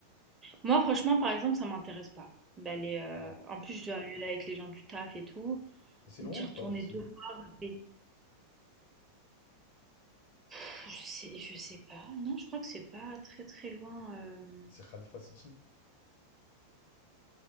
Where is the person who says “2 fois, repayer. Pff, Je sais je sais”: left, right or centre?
Right